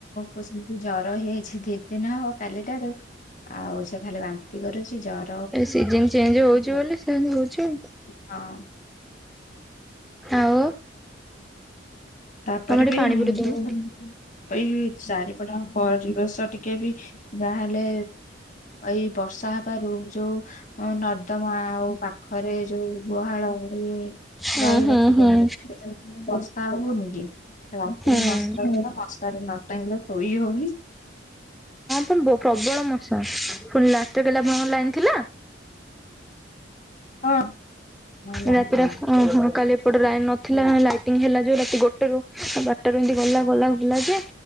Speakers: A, on the left; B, in the centre.
A: କ୍ଯୁସଚିନ ଜର ହେଇଛି ଦିଦିନ ହବ କାଲିଠାରୁ ଆଉ ସେ ଖାଲି ବାନ୍ତି କରୁଛି। ଜର
B: ଏ ସିଜିନ ଚେଞ୍ଜ ହଉଛି ବୋଲି ସେମିତି ହଉଛି ଆଉ।
A: ହଁ।
B: ଆଉ।
A: ତାପରେ
B: ତମେ ଟିକେ
A: ବି
B: ପାଣି ପୁରେଇ ଦଉନ।
A: ଯୋଉଁ ଏଇ ଚାରିପଟା ପରିବେଶ ଟିକେ କେ ବି ଯାହେଲେ ଏଇ ବର୍ଷା ହବାରୁ ଯୋଉଁ ଆଉଁ ନର୍ଦ୍ଦମା ଆଉ ପାଖରେ ଯୋଉଁ ଗୁହାଳ ଇଏ।
B: ହଁ
A: ଗାଈ
B: ହଁ
A: ରଖିଛନ୍ତି
B: ହଁ।
A: ସେ ସବୁ ବର୍ଷା ହଉନିକି ରାତିରେ
B: ହୁଁ।
A: ମଶା ବି ନାଁ ମଶାରୀ ନ ଟାଁଙ୍ଗିଲେ ଶୋଇ ହଉନି।
B: ବୋ ପୋ ପ୍ରବଳ ମଶା ପୁଣି ରାତିରେ ଆପଣଙ୍କର ଲାଇନି ଥିଲା।
A: ହଁ। ମା ଲାଗିଲେ।
B: ରାତିର ଆପଣ ହଁ ହଁ କାଲି ଏପଟେ ଲାଇନି ନ ଥିଲା ଲାଇଟିଙ୍ଗ ହେଲା ଯୋଉ ରାତି ଗୋଟରୁ ବାରଟାରୁ ଏମତି ଗଲା ଗଲା ଗଲା ଯେ।